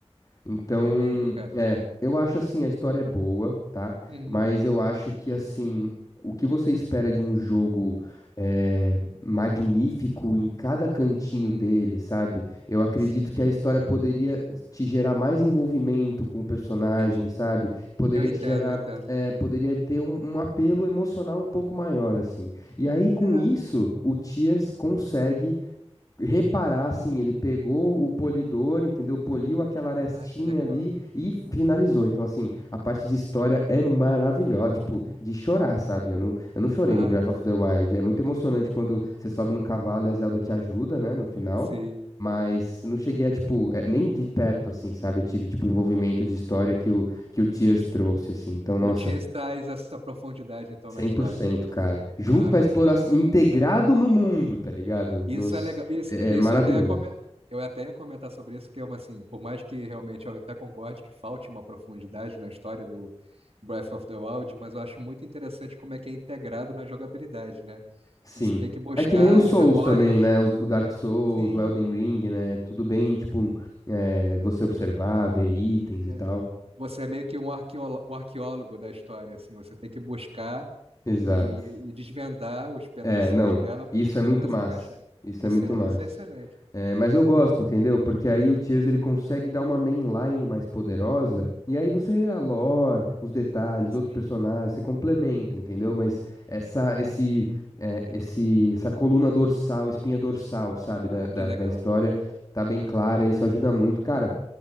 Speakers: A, on the left; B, on the right.
A: Então,
B: É mesmo, cara.
A: é, eu acho assim, a história é boa, tá?
B: Uhum.
A: Mas eu acho que assim, o que você espera de um jogo é, magnífico em cada cantinho
B: Hum,
A: dele, sabe? Eu acredito
B: sim,
A: que a história poderia te gerar mais envolvimento com o personagem,
B: entendi.
A: sabe? Poderia
B: Eu entendo,
A: te gerar,
B: eu entendo.
A: é, poderia ter um, um apelo emocional um pouco maior, assim. E aí, com
B: É.
A: isso, o Tears consegue reparar, assim, ele pegou o polidor, entendeu? Poliu aquela arestinha
B: Ah, que legal.
A: ali e finalizou. Então, assim, a parte de história é maravilhosa, tipo, de chorar, sabe? Eu não, eu não chorei
B: Ai,
A: no Breath
B: cara,
A: of the Wild. É muito emocionante quando você sobe no cavalo e a Zelda te ajuda, né, no final.
B: sei.
A: Mas não cheguei a, tipo, é, nem de perto, assim, sabe? Eu tive, tipo, envolvimento de história que o, que o Tears trouxe, assim. Então, nossa,
B: E o Cheers traz essa profundidade, então,
A: cem
B: na história,
A: por cento,
B: né?
A: cara. Junto
B: Ah,
A: com
B: entendi.
A: a exploração, integrado no mundo, tá ligado?
B: Isso
A: Nos,
B: é legal. Isso,
A: é
B: isso
A: é maravilhoso.
B: até é come... Eu até ia comentar sobre isso, que é uma, assim, por mais que realmente eu até concorde que falte uma profundidade na história do Breath of the Wild, mas eu acho muito interessante como é que é integrado na jogabilidade, né?
A: Sim.
B: Você tem que buscar
A: É que nem os
B: as
A: Souls
B: memórias.
A: também, né? Os- O Dark Souls,
B: Sim,
A: o Elden Ring, né? Tudo bem, tipo, é, você observar, ver itens e
B: É.
A: tal.
B: Você é meio que um arqueólogo, um arqueólogo da história, assim. Você tem que buscar
A: Exato.
B: e, e desvendar os pedacinhos
A: É, não.
B: dela
A: Isso é muito
B: para
A: massa.
B: se encaixar.
A: Isso
B: Isso
A: é muito
B: é,
A: massa.
B: isso é excelente.
A: É, mas eu
B: Pô,
A: gosto, entendeu? Porque aí o Tears ele consegue dar uma mainline mais poderosa, e aí você, a lore, os detalhes,
B: Sim.
A: outros personagens, você complementa, entendeu? Mas essa, esse, é, esse, essa coluna dorsal, espinha dorsal, sabe, da,
B: Ah,
A: da,
B: que legal.
A: da história, tá bem clara, isso ajuda muito. Cara,